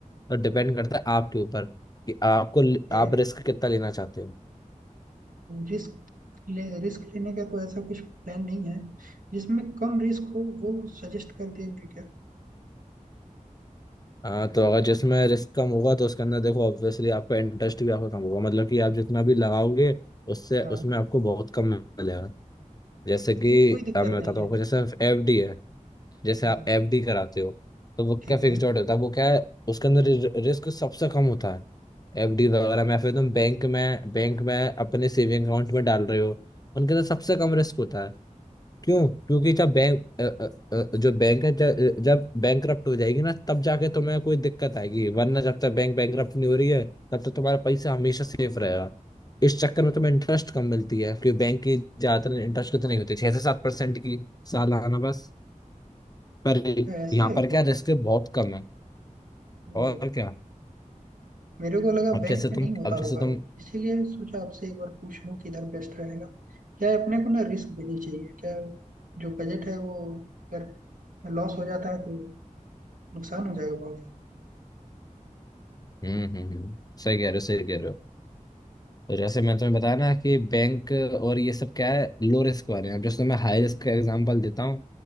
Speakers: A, on the left (about 30°); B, on the right (about 80°).
A: तो डिपेंड करता है आपके ऊपर कि आपको
B: क्या
A: आप रिस्क कितना लेना चाहते हो
B: रिस्क ले रिस्क लेने का तो ऐसा कुछ प्लान नहीं है जिसमें कम रिस्क हो वो सजेस्ट कर देंगे क्या
A: हाँ तो अगर जिसमें रिस्क कम होगा तो उसके अंदर देखो ऑब्वियसली आपका इंटरेस्ट भी आपका कम होगा मतलब कि आप जितना भी लगाओगे उससे
B: हाँ
A: उसमें आपको बहुत कम मिलेगा जैसे कि
B: वो कोई दिक्कत
A: अ, मैं
B: नहीं
A: बताता
B: है
A: हूँ आपको जैसे एफडी है जैसे
B: हाँ
A: आप एफडी कराते हो तो वो
B: ठीक
A: क्या फिक्स
B: है
A: डॉट होता है वो क्या है उसके अंदर रिस्क सबसे कम होता है एफडी वगैरह में या फिर तुम बैंक में बैंक में अपने सेविंग अकाउंट में डाल रहे हो उनके अंदर सबसे कम रिस्क होता है क्यों क्योंकि जब बैंक अ, अ, अ, जो बैंक है जब, जब बैंक करप्ट हो जाएगी ना तब जाके तुम्हें कोई दिक्कत आएगी वरना जब तक बैंक बैंक करप्ट नहीं हो रही है तब तक तुम्हारा पैसा हमेशा सेफ रहेगा इस चक्कर में तुम्हें इंटरेस्ट कम मिलती है क्योंकि बैंक की ज्यादातर इंटरेस्ट कितनी होती है छह से सात परसेंट की सालाना बस पर
B: क्या ऐसा
A: यहाँ
B: है
A: पर
B: क्या
A: क्या रिस्क बहुत कम है
B: वो
A: और क्या
B: मेरे को लगा
A: अब
B: बैंक
A: जैसे तुम
B: में नहीं होता
A: अब जैसे
B: होगा
A: तुम
B: इसीलिए सोचा आपसे एक बार पूछ लूं किधर बेस्ट रहेगा क्या है अपने को ना रिस्क भी नहीं चाहिए क्या है, जो बजट है वो अगर लॉस हो जाता है तो नुकसान हो जाएगा बहुत
A: हम्म हम्म हम्म सही कह रहे हो सही कह रहे हो तो जैसे मैं तुम्हें बताया ना कि बैंक और ये सब क्या है लो रिस्क वाले हैं अब जैसे मैं हाई रिस्क का एग्जांपल देता हूँ